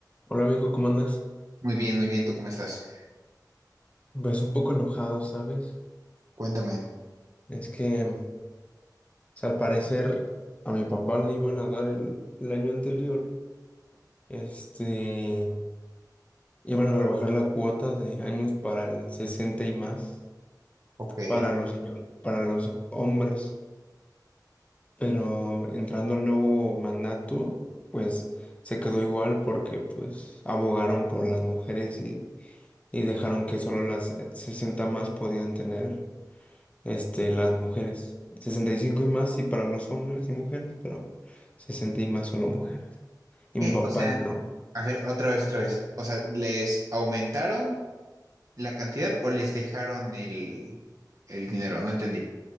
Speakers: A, on the left; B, on the right.
A: Hola viejo, ¿cómo andas?
B: Muy bien, muy bien. ¿Tú cómo estás?
A: Pues un poco enojado, ¿sabes?
B: Cuéntame.
A: Es que, o sea, al parecer a mi papá le iban a dar el, el año anterior, este, iban a rebajar la cuota de años para el 60 y más,
B: Ok. Eh,
A: para los señor- para los hombres, pero entrando al nuevo mandato, pues se quedó igual porque pues abogaron por las mujeres y, y dejaron que solo las eh, 60 más podían tener. este, las mujeres. sesenta y cinco y más, sí, para los hombres y mujeres, pero 60 y más solo mujeres. Y mi papá
B: o sea,
A: no
B: a ver, otra vez, otra vez. O sea, ¿les aumentaron la cantidad o les dejaron el, el dinero? No entendí.